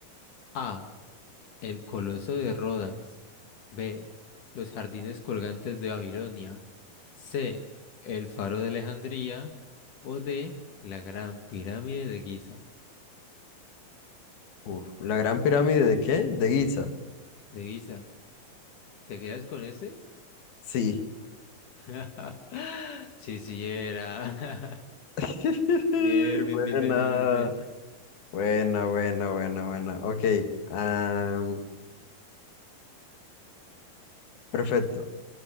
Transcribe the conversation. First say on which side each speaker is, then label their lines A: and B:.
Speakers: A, on the left (about 65°); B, on the left (about 85°).
A: A. El Coloso de Rodas. B. Los jardines colgantes de Babilonia. C. El Faro de Alejandría. O D. La Gran Pirámide de Giza.
B: uf, ¿La gran pirámide de qué? ¿De Giza?
A: De Giza. ¿Te quedas con ese?
B: Sí.
A: <laughs> Sí, sí era. <laughs>
B: <laughs>
A: Bien, bien,
B: Buena,
A: bien, bien, bien, bien, bien.
B: buena, buena, buena, buena. Ok. am, perfecto.